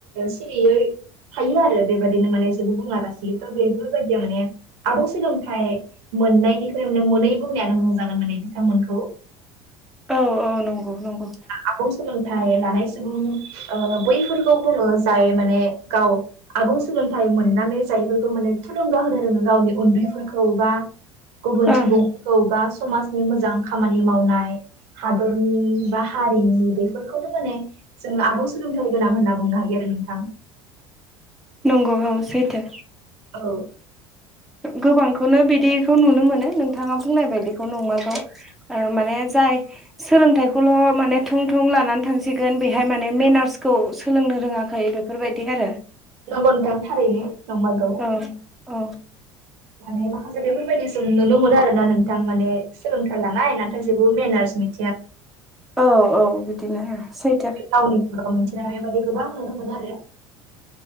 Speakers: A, on the right (about 60°); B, in the centre.
A: सिरियै थायो आरो बेबायदिनो माने जेबो बुङा लासि थ' बेफोरबायदिया माने आबुं सोलोंथाइ मोननायनिख्रुइ माने मोनै बुंनायानो मोजां जागोन माने बिथांमोनखौ
B: औ औ नंगौ नंगौ
A: आबुं सोलोंथाइ लानाय सुबुं ओ बैफोरखौ बुङो जाय माने गाव आबुं सोलोंथाइ मोननानै जायफोरखौ माने थुलुंगा होनो रोङो गावनि उन्दैफोरखौ बा गुबुन
B: ओं
A: सुबुंखौ बा समाजनि मोजां खामानि मावनाय हादरनि बा हारिनि बेफोरखौनो माने जों आबुं सोलोंथाइ गोनां होनना बुंनो हायो आरो नोंथां।
B: नंगौ औ सैथो
A: औ
B: गोबां बेखौनो बिदिखौ नुनो मोनो नोंथाङा बुंनाय बायदिखौ नंमारगौ माने जाय सोलोंथाइखौल' माने थं थं लानानै थांसिगोन बेहाय माने मेनार्सखौ सोलोंनो रोङाखै बेफोरबायदि आरो
A: नंगौ नोंथां थारैनो नंमाइगौ
B: ओ अ
A: माने माखासे बेफोरबायदि जों नुनो मोनो आरोना नोंथां। माने सोलोंथाइ लानाय नाथाय जेबो मेनार्स नि
B: औ औ बिदिनो सैथो
A: <unintelligible> मिथिनानै बेबायदि गोबां नुनो मोनो आरो।